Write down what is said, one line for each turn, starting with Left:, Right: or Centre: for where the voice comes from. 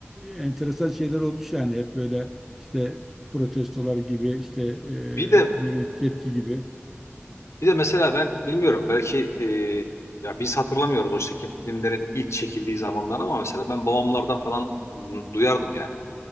Centre: enteresan şeyler olmuş yani hep böyle işte protestolar gibi işte e,
Left: Bir de
Centre: ne bileyim tepki gibi.
Left: bir de mesela ben bilmiyorum belki e, ya biz hatırlamıyoruz o çekim filmlerin ilk çekildiği zamanlar ama mesela ben babamlardan falan m, duyardım yani.